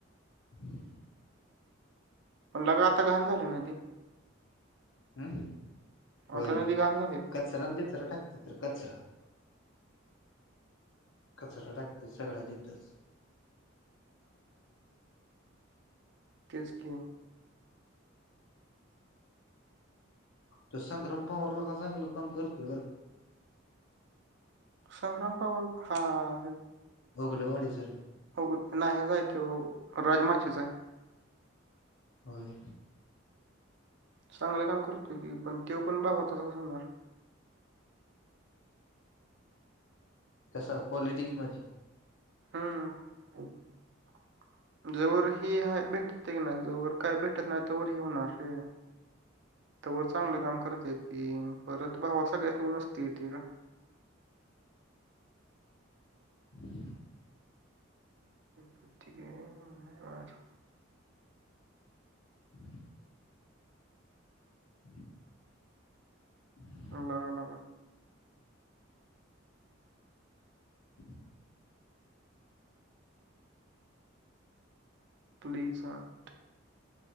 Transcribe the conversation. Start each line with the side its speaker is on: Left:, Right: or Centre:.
Left: <inaudible>
Right: आमच्या कडे आता घाण झालंय नदी.
Left: हम्म होय
Right: आता नदी घाण झाली
Left: कचरा-बिचरा टाकतात रे कचरा कचरा टाकत्यात सगळा तिथच.
Right: तेच कि.
Left: तो संग्राम पवारला कस चांगलं काम करतोय.
Right: संग्राम पवार, हा हे.
Left: उगल्या वाडीच रे.
Right: होग नाही माहिती तो राजमाचीचा आहे.
Left: होय.
Right: चांगलं काम करतोय की, पण तो पण भावा तसाच होणार.
Left: कसं पॉलिटिक्स मध्ये.
Right: हम्म जोवर हि आहे भेटती की ना तोवर काय भेट भेटत नाही तोवर हे होणार असे. तोवर चांगलं काम करतेती परत भावा सगळ्यास नी मस्ती येती ना.
Left: हम्म
Right: ठीकय बरं
Left: हम्म हम्म <inaudible>
Right: बघावं लागल
Left: हम्म
Right: प्लीजहट